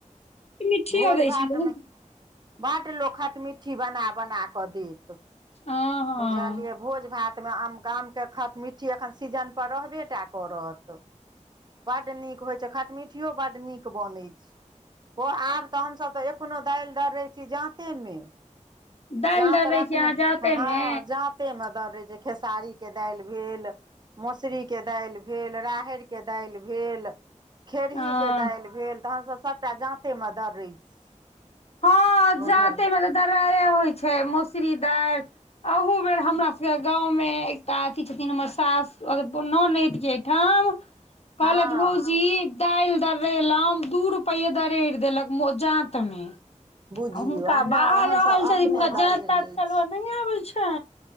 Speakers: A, on the left (about 55°); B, on the right (about 35°).
A: मिठियो
B: भोज
A: दै
B: भातमे,
A: छलै
B: बड लोक खटमिट्ठी बना- बना कऽ देत,
A: हँ हँ
B: बुझलियै, भोज भातमे आम कामके खत मिट्ठी, एखन सीजन पर रहबे टा करत, बड्ड नीक होइत छै, खटमीठियो बड्ड नीक बनै छै, ओ आब तऽ, हमसभ तऽ एखनहु दालि दर रहै छी जाँतेमे,
A: दालि
B: जातऽ
A: दऽ दै
B: रखने,
A: छियै अहाँ जाते
B: हँ
A: मे
B: जा कते मे दर रह छै, खेसारी के दायल भेल, मसरी के दायल भेल, राहर के दाइल भेल, खेरहीके
A: अ
B: दाइल भेल, तऽ हमसभ सभटा जाँतेमे दरैत छी।
A: हँ,
B: बुझल
A: जातेमे तऽ दरे होइ छै, मोसरी दाइल, अहु बेर हमरा सके गाँंव में, एकटा अथी छथिन, हमर सास, एगो ननैद के ठाम कहलैथऽ
B: हँ
A: भौजी, दाइल दर्रेलहुं, दू रूपये दरड़ि देलक जात मे,
B: बुझियौ
A: आ हुनका
B: नहि
A: बाहर
B: हमसभ
A: रहल छन,
B: अपने
A: हुनका
B: दरड़ि
A: जात- तात
B: लै
A: चलबल
B: छी
A: नहि आबैत छ।